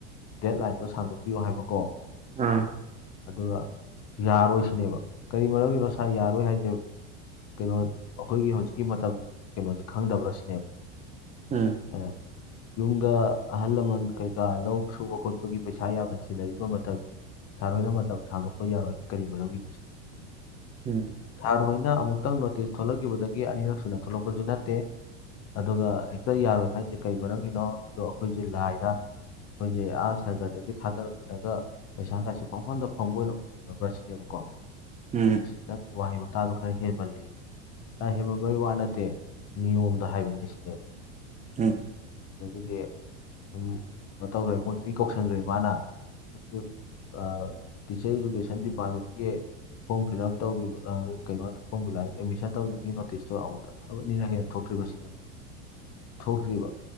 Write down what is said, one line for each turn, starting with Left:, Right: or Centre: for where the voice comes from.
Left: ꯗꯦꯠ ꯂꯥꯏꯟꯗꯣ ꯁꯥꯡꯗꯣꯛꯄꯤꯌꯣ ꯍꯥꯏꯕꯀꯣ
Right: ꯑꯥ
Left: ꯑꯗꯨꯒ ꯌꯥꯔꯣꯏ ꯁꯤꯅꯦꯕ ꯀꯔꯤ ꯃꯔꯝꯒꯤꯅꯣ ꯁꯥꯥꯔ ꯌꯥꯔꯣꯏ ꯍꯥꯏꯖꯦ ꯀꯩꯅꯣ ꯑꯈꯣꯏꯒꯤ ꯍꯧꯖꯤꯛꯀꯤ ꯃꯇꯝ ꯀꯩꯅꯣꯖꯦ ꯈꯪꯗꯕ꯭ꯔ ꯁꯤꯅꯦꯕ
Right: ꯎꯝ
Left: ꯑꯦ, ꯌꯨꯝꯗ ꯑꯍꯜ ꯂꯃꯟ ꯀꯩꯀꯥ ꯂꯧ ꯁꯨꯕ ꯈꯣꯠꯄꯒꯤ ꯄꯩꯁꯥ ꯌꯥꯝꯅ ꯆꯤꯟꯅꯔꯤꯕ ꯃꯇꯝꯅꯤ ꯁꯥꯔ ꯍꯣꯏꯅ ꯃꯇꯝ ꯁꯥꯡꯗꯣꯛꯄ ꯌꯥꯔꯣꯏ ꯀꯔꯤ ꯃꯔꯝꯒꯤꯅꯣ ꯁꯤꯅꯤ
Right: ꯎꯝ
Left: ꯁꯥꯔ ꯍꯣꯏꯅ ꯑꯃꯨꯛꯇꯪ ꯅꯣꯇꯤꯁ ꯊꯣꯛꯂꯛꯈꯤꯕꯗꯒꯤ ꯑꯅꯤꯔꯛ ꯁꯨꯅ ꯊꯣꯛꯂꯛꯄꯖꯨ ꯅꯠꯇꯦ ꯑꯗꯨꯒ ꯍꯦꯛꯇ ꯌꯥꯔꯣꯏ ꯍꯥꯏꯖꯦ ꯀꯩ ꯃꯔꯝꯒꯤꯅꯣ ꯑꯗꯣ ꯑꯩꯈꯣꯏꯖꯦ ꯂꯥꯏꯔ ꯈꯣꯏꯖꯦ ꯑꯥ ꯁꯔꯒꯔꯗꯒꯤ ꯊꯥꯗꯔꯛꯄꯗꯒ ꯄꯩꯁꯥ ꯈꯁꯦ ꯄꯥꯡꯐꯝꯗ ꯐꯪꯕ ꯑꯣꯏꯅ ꯎꯔꯕ꯭ꯔꯥ ꯁꯤꯅꯦꯕꯀꯣ
Right: ꯎꯝ ꯎꯝ
Left: ꯅꯪ ꯋꯥꯍꯩ ꯋꯥꯇꯥꯗꯣ ꯈꯔ ꯍꯦꯟꯃꯜ ꯀꯥ ꯍꯦꯃꯟꯕꯩ ꯋꯥ ꯅꯠꯇꯦ ꯅꯤꯌꯣꯝꯗ ꯍꯥꯏꯕꯅꯦ ꯁꯤꯅꯦꯕ
Right: ꯎꯝ
Left: ꯑꯗꯨꯗꯒꯤꯗꯤ ꯑꯗꯨꯝ ꯀꯩꯅꯣ ꯇꯧꯈ꯭ꯔꯦ ꯃꯣꯏ ꯃꯤ ꯀꯧꯁꯟꯈ꯭ꯔꯦ ꯃꯥꯅ <unintelligible> ꯑ ꯇꯤꯆꯔ ꯏꯗꯨꯨꯀꯦꯁꯟ ꯗꯤꯄꯥꯔꯠꯃꯦꯟꯀꯤ ꯐꯣꯝ ꯐꯤꯜꯂꯞ ꯇꯧꯈꯤꯕ ꯑ ꯀꯩꯅꯣꯗꯣ ꯐꯣꯝ ꯐꯤꯜꯂꯞ ꯃꯤꯁꯟ ꯇꯧꯒꯤꯕꯒꯤ ꯅꯣꯇꯤꯁꯇꯣ ꯑꯃꯨꯛꯇ ꯅꯤꯅ ꯍꯦꯟꯅ ꯊꯣꯛꯇ꯭ꯔꯤꯕꯁꯤꯅꯦꯕ ꯊꯣꯛꯇ꯭ꯔꯤꯕ